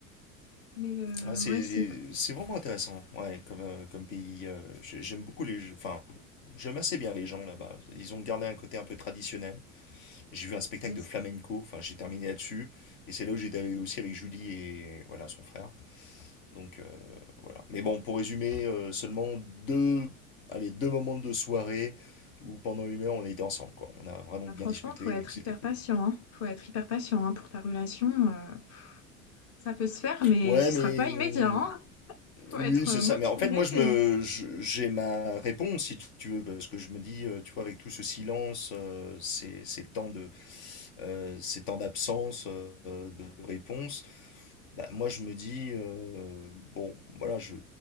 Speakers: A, on the left; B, on the left.
A: Mais euh,
B: Ah, c'est
A: ouais, c'est
B: c'est vraiment intéressant, ouais, comme, euh, comme pays. euh, j'ai- j'aime beaucoup les. Enfin, j'aime assez bien les gens là-bas. Ils ont gardé un côté un peu traditionnel. J'ai vu un spectacle
A: les-
B: de flamenco, enfin j'ai terminé là-dessus, et c'est là où j'étais aussi avec Julie et voilà son frère. Donc euh, voilà. Mais bon, pour résumer, euh, seulement deux, allez, deux moments de soirée où pendant une heure on était ensemble, quoi. On a vraiment bien
A: franchement,
B: discuté
A: faut être
B: et que c'était
A: hyper
B: cool.
A: patient, hein. Faut être hyper patient hein, pour ta relation. euh. ça peut se faire, mais
B: Ouais,
A: ce
B: mais
A: sera pas
B: hum,
A: immédiat, hein. Faut
B: oui,
A: être
B: c'est
A: euh,
B: ça.
A: motivé.
B: Mais en fait, moi, je
A: et-
B: me, je- j'ai ma réponse si tu veux, parce que je me dis, euh, tu vois, avec tout ce silence, euh, ces, ces temps de, euh, ces temps d'absence, euh, de réponse. bah, moi je me dis euh, bon voilà je